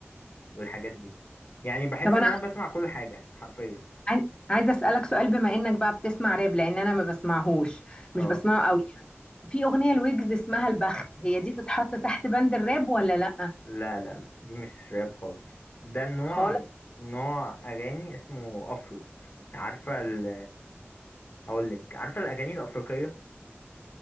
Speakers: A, on the left; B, on the left.
A: والحاجات دي يعني بحس
B: طب انا
A: ان انا بسمع كل حاجه حرفيا
B: عايز- عايزه اسالك سؤال بما انك بقى بتسمع راب لان انا ما بسمعهوش
A: اه
B: مش بسمعه قوي يعني في اغنيه لويجز اسمها البخت هي دي تتحط تحت بند الراب ولا لا
A: لا لا لا دي مش راب خالص ده النوع
B: خالص
A: نوع اغاني اسمه افرو عارفه ال... هقول لك عارفه الاغاني الافريقيه